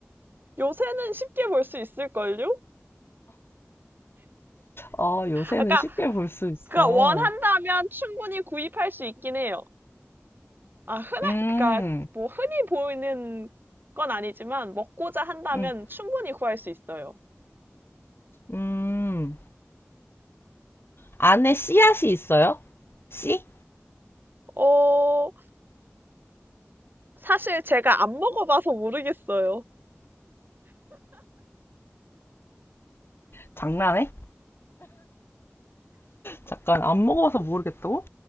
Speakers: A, on the right (about 45°); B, on the left (about 55°).
A: 요새는 쉽게 볼 수 있을걸요?
B: 아, 요새는
A: 아까
B: 쉽게 볼 수 있어.
A: 그러니까 원한다면 충분히 구입할 수 있긴 해요. 아, 흔한,
B: 음,
A: 그러니까 뭐 흔히 보이는 건 아니지만 먹고자 한다면
B: 음,
A: 충분히 구할 수 있어요.
B: 음. 안에 씨앗이 있어요? 씨?
A: 어, 사실 제가 안 먹어봐서 모르겠어요.
B: 장난해? 잠깐, 안 먹어봐서 모르겠다고?